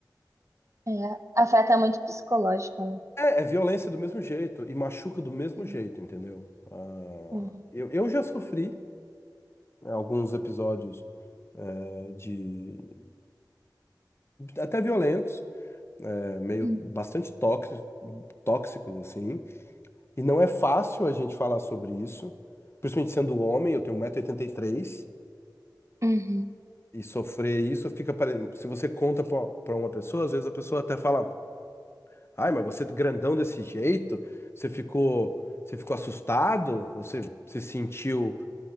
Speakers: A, on the right; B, on the left.
A: É, afeta muito o psicológico, né?
B: É, é violência do mesmo jeito e machuca do mesmo
A: Sim.
B: jeito, entendeu? Ah,
A: Uhum.
B: eu, eu já sofri né, alguns episódios eh, de até violentos. É meio
A: Uhum.
B: bastante tóxi- tóxicos, assim. E não é fácil a gente falar sobre isso, principalmente sendo homem, eu tenho 1,83m e oitenta e três
A: Uhum.
B: e sofrer isso fica pare- se você conta para uma pessoa, às vezes a pessoa até fala: "Ai, mas você é grandão desse jeito, você ficou, você ficou assustado, você se sentiu".